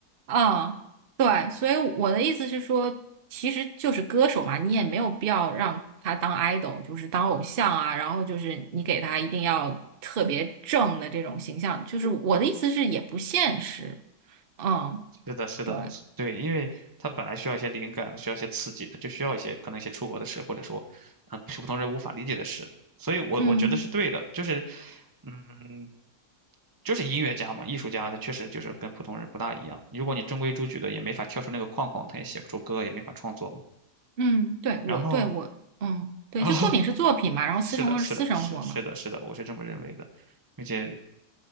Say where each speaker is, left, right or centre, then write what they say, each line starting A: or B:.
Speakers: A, on the right (about 55°); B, on the right (about 15°).
A: 嗯，对，所以我的意思是说，其实就是歌手嘛，你也没有必要让他当 idol，就是当偶像啊，然后就是你给他一定要特别正的这种形象，就是我的意思是也不现实，嗯，
B: 是的，是的，
A: 对，
B: 是对，因为他本来需要一些灵感，他需要一些刺激，他就需要一些可能一些出国的事，或者说，嗯、普通人无法理解的事。所以我我觉得是对的，
A: 嗯
B: 就是，嗯，就是音乐家嘛，艺术家，他确实就是跟普通人不大一样。如果你中规中矩的，也没法跳出那个框框，他也写不出歌，也没法创作嘛。
A: 嗯，对我对我嗯对，
B: 然后，然后，
A: 就作品是作品嘛，
B: <laughs>
A: 然后私生活是私生活嘛，
B: 是的，是的，是是的，是的，我是这么认为的。并且